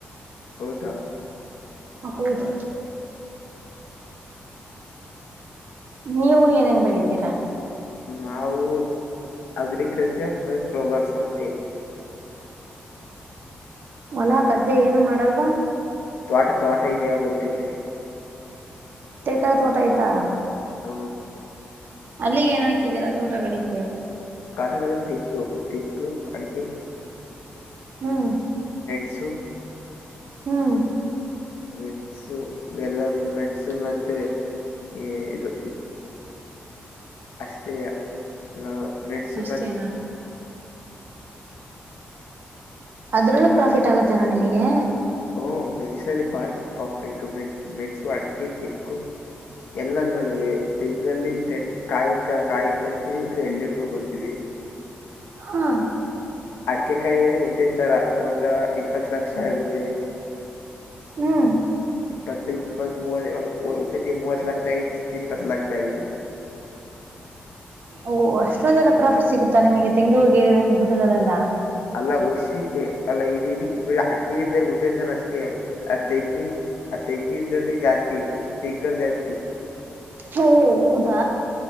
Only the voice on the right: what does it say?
ಹೌದು ನೀವು ಏನೇನ್ ಬೆಳಿತೀರಾ
ಹೊಲಾ ಗದ್ದೆ ಏನು ಮಾಡಲ್ವಾ
ಹತ್ತು ಎಕರೆ ತೋಟ ಆಯ್ತಾ
ಅಲ್ಲಿಗೆ ಏನ್ ಹಾಕಿದ್ದೀರಾ ತೋಟಗಿಕ
ಹ್ಮ್
ಹ್ಮ್
ಅಷ್ಟೇನಾ
ಅದ್ರಲ್ಲೂ ಪ್ರಾಫಿಟ್ ಆಗತ್ತೇನಾ ನಿಮಗೆ
ಹಾ
ಹ್ಮ್
ಓಹ ಅಷ್ಟೊಂದೆಲ್ಲ ಪ್ರಾಫಿಟ್ ಸಿಗುತ್ತಾ ನಿಮಗೆ ತೆಂಗು ಹೋಗಿ ಗಿಟದಲ್ಲೆಲ್ಲಾ
ಹ ಹೌದಾ